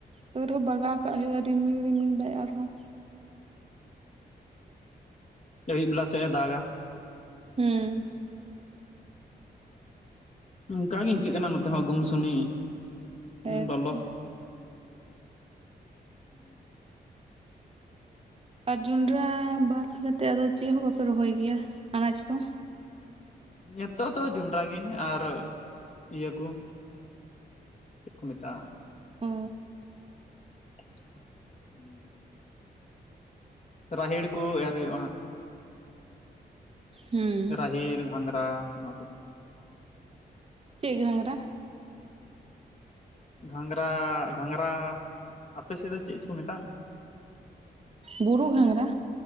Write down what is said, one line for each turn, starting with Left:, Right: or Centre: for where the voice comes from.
Right: ᱛᱟᱣ ᱨᱮᱦᱚᱸ ᱵᱟᱜᱟᱣ ᱠᱟᱜ ᱦᱩᱭᱩᱜ-ᱟ, ᱨᱤᱢᱤᱞ ᱨᱤᱢᱤᱞ ᱫᱟᱭ ᱟᱨ ᱦᱚᱸ
Left: ᱚ ᱟᱹᱭᱩᱵ ᱵᱮᱞᱟ ᱥᱮᱜ ᱮ ᱫᱟᱜᱟ ᱾
Right: ᱦᱩᱸ ᱾
Left: ᱦᱩᱸ ᱚᱝᱠᱟ ᱜᱤ ᱤᱝᱠᱟᱹᱜ ᱠᱟᱱᱟ ᱱᱚᱛᱮ ᱦᱚᱸ ᱜᱩᱢ ᱥᱩᱱᱤ
Right: ᱦᱮᱸ
Left: ᱞᱚᱞᱚ
Right: ᱦᱮᱸᱛᱚ
Left: <inaudible>
Right: ᱟᱨ ᱡᱚᱸᱰᱨᱟ ᱵᱟᱫᱽ ᱠᱟᱛᱮᱫ ᱟᱫᱚ ᱪᱮᱫ ᱦᱚᱸ ᱵᱟᱯᱮ ᱨᱚᱦᱚᱭ ᱜᱮᱭᱟ ᱟᱱᱟᱪ ᱠᱚ?
Left: ᱱᱤᱛᱚᱜ ᱫᱚ ᱡᱚᱸᱰᱨᱟ ᱜᱮ ᱟᱨ ᱤᱭᱟᱹ ᱠᱚ ᱪᱮᱫ ᱠᱚ ᱢᱮᱛᱟᱜᱼᱟ?
Right: ᱚ
Left: <unintelligible> ᱨᱟᱦᱮᱲ ᱠᱚ ᱮᱨ ᱦᱩᱭᱩᱜᱼᱟ ᱦᱟᱸᱜ
Right: ᱦᱮᱸ
Left: ᱨᱟᱦᱮᱲ ᱜᱷᱟᱸᱝᱨᱟ ᱚᱱᱟᱠᱩ
Right: ᱪᱮᱫ ᱜᱷᱟᱸᱝᱨᱟ?
Left: ᱜᱷᱟᱸᱝᱨᱟ ᱜᱷᱟᱸᱝᱨᱟ ᱟᱯᱮ ᱥᱮᱫ ᱫᱚ ᱪᱮᱫ ᱪᱚ ᱠᱚ ᱢᱮᱛᱟᱜᱼᱟ?
Right: ᱵᱩᱨᱩ ᱜᱷᱟᱸᱝᱨᱟ?